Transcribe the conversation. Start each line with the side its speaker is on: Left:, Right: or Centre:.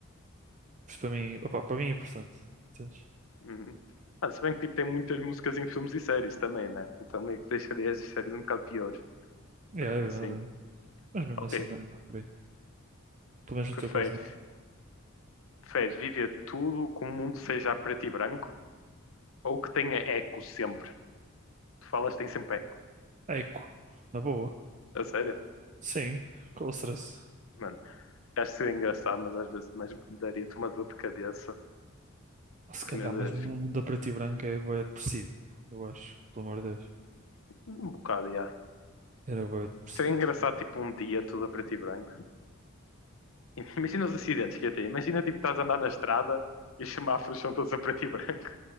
Right: Por isso, para mim, opá, para mim é importante. Entendes?
Left: Uhum. Ah, se bem que tipo, tem muitas músicas em filmes e séries também, né? Então meio que deixaria as séries um bocado piores.
Right: Yeah,
Left: Mesmo
Right: É é
Left: Assim.
Right: verdade. Mas mesmo
Left: Ok.
Right: assim, não é, não é por aí. Pelo menos
Left: Preferes,
Right: no teu caso, não é por
Left: preferes viver tudo que o mundo seja a preto e branco ou que tenha eco sempre? Tu falas tem sempre eco.
Right: aí. É Eco, na boa.
Left: A sério?
Right: Sim, com stress.
Left: Mano, acho que seria engraçado, mas às vezes mas daria-te uma dor de cabeça.
Right: Ah, Se calhar,
Left: Que meu Deus.
Right: mas muda para ti branco é bué depressivo, eu acho, pelo amor de Deus.
Left: Um bocado, já.
Right: Era bué depressivo,
Left: Seria engraçado,
Right: tipo, não dá.
Left: tipo,
Right: <laughs>
Left: um dia tudo a preto e branco. Imagina os acidentes que ia ter. Imagina, tipo, estás a andar na estrada e os semáforos são todos a preto e branco.